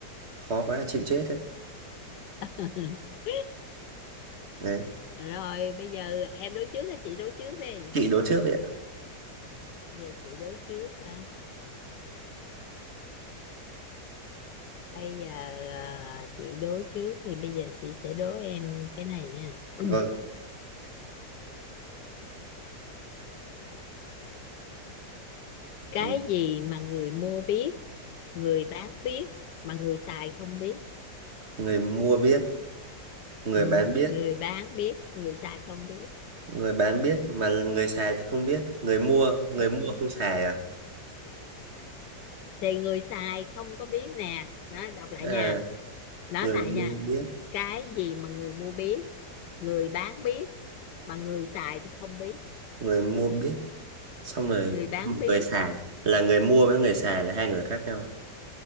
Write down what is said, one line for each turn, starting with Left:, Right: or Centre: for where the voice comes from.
Right: khó quá chịu chết đấy
Left: <laughs>
Right: đấy
Left: rồi bây giờ em đố trước hay chị đố trước đi
Right: chị đố trước vậy ạ
Left: giờ chị đố trước hả bây giờ à, chị đố trước thì bây giờ chị sẽ đố em cái này nè <clears throat>
Right: vâng
Left: cái
Right: ừ.
Left: gì mà người mua biết người bán biết mà người xài không biết
Right: người mua biết người
Left: ừ,
Right: bán biết
Left: người bán biết người xài không biết
Right: người bán biết mà người xài thì không biết người mua người
Left: đúng
Right: mua
Left: rồi
Right: không xài à
Left: thì người xài không có biết nè đó đọc lại
Right: à
Left: nha nói
Right: người
Left: lại nha
Right: mua biết
Left: cái gì mà người mua biết người bán biết mà người xài thì không biết
Right: người mua biết xong rồi
Left: người
Right: nhưng
Left: bán
Right: mà
Left: biết
Right: người xài là người mua với người xài là hai người khác nhau